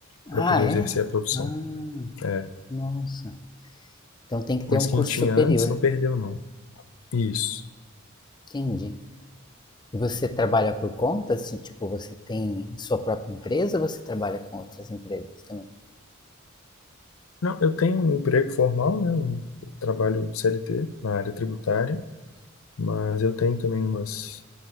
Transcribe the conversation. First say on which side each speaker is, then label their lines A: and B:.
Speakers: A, on the left; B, on the left.
A: para
B: Ah,
A: poder
B: é?
A: exercer a profissão.
B: Ah,
A: É.
B: nossa. Então tem que ter
A: Mas
B: um
A: quem
B: curso
A: tinha
B: superior.
A: antes não perdeu, não. Isso.
B: Entendi. E você trabalha por conta? Assim, tipo, você tem sua própria empresa ou você trabalha com outras empresas também?
A: Não, eu tenho um emprego formal, né? Um eu trabalho CLT na área tributária, mas eu tenho também umas,